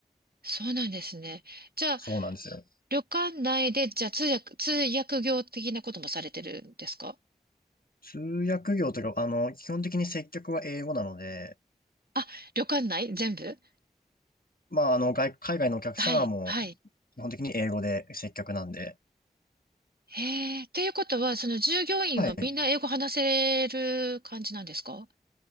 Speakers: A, on the right; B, on the left.
A: そうなんですね。じゃあ、
B: そうなんですよ。
A: 旅館内で、じゃあ通訳、通訳業的なこともされてるんですか
B: 通訳業というか、あの、基本的に接客は英語なので、
A: あ、旅館内全部
B: まあ、あの、外、海外のお客さんはもう、
A: はい、はい。
B: 基本的に英語で接客なんで、
A: へえ、っていうことは、その従業員はみんな英語話せる感じなんですか
B: はい。